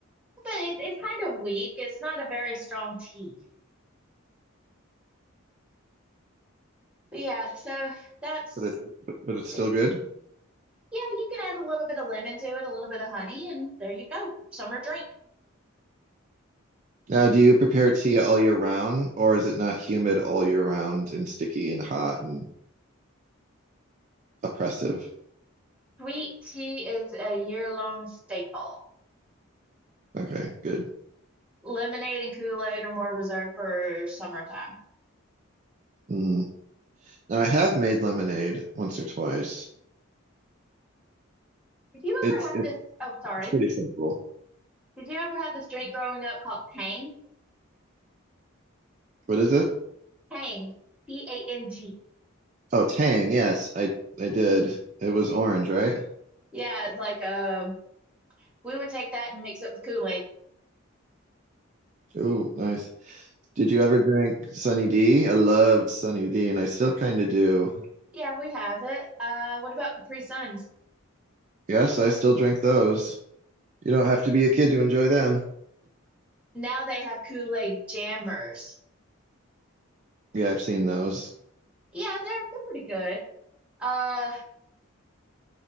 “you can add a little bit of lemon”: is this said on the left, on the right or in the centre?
Centre